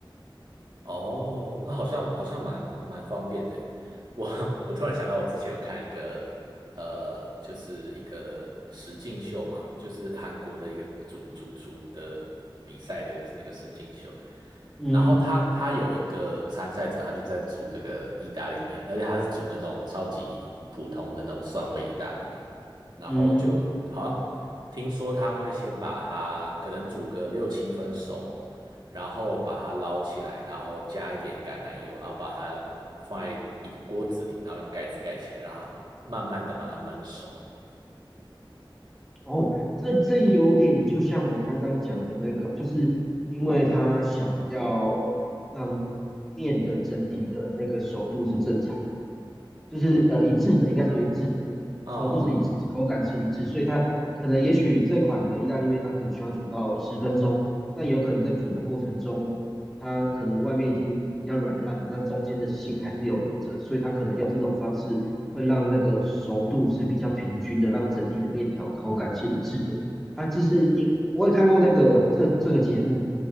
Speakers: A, on the right; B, in the centre.
A: 哦，那好像好像蛮蛮方便的诶我 <laughs> 我突然想到，我之前有看一个呃，就是一个实境秀嘛，就是韩国的一个主主厨的比赛的那个实境秀。
B: 嗯
A: 然后他他有一个参赛者，他就在煮这个意大利面，而且他是煮那种超级普通的那种蒜味意大利面。然后就好像听说他会先把它可能煮个六七分熟。
B: 嗯，
A: 然后把它捞起来，然后加一点橄榄油，然后把它放在一个锅子里，然后用盖子盖起来，让它慢慢的把它焖熟。
B: 哦，这这有点就像我刚刚讲的那个，就是因为他想要让面的整体的那个熟度是正常的。就是呃一致的，应该说一致的，
A: 嗯，
B: 熟度是一致，口感是一致，所以它可能也许这款的意大利面它可能需要煮到十分钟，但有可能在煮的过程中，它可能外面已经比较软烂了，但中间的心还是有留着，所以它可能用这种方式会让那个熟度是比较平均的，让整体的面条口感是一致的。它就是一，我也看过那个这这个节目，